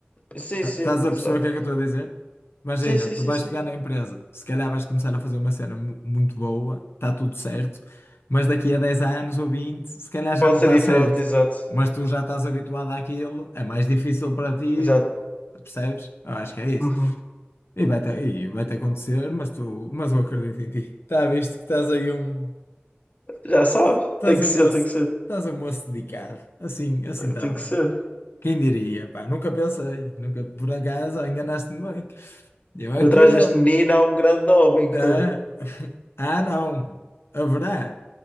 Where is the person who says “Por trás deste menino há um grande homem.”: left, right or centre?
Left